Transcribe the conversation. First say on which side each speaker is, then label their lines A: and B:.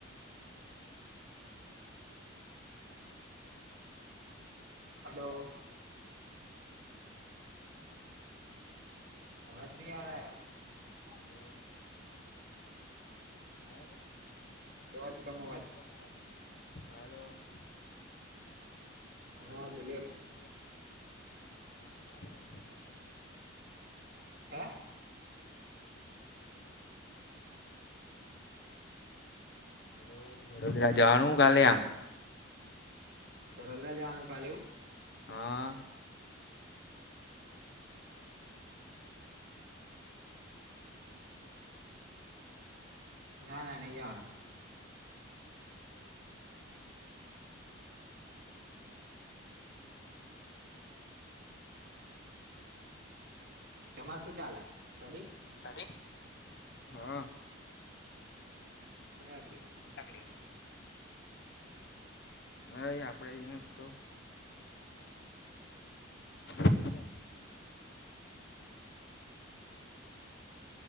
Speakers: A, on the right; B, on the left.
A: હલો,? સમજ નહી આ રહા હે.
B: હલો હલો હા
A: હા બહુ ક
B: બહ કમ આવા હલો?
A: હા બોલ્યો?
B: જવાનું કડોદરા જવાનું?
A: હે
B: વડોદરા જવાનું હલો વડોદરા જાવાનું કાલે આમ?
A: થોડા વડોદરા જાનું કાલે એવુ?
B: હા
A: નાન નઈ જવાનું. તમારે શું ચાલે સટડી?
B: સટડી હા.
A: કયા કડી?
B: તકડી. અ આપડે અહીં જ તો, નથી આવતો.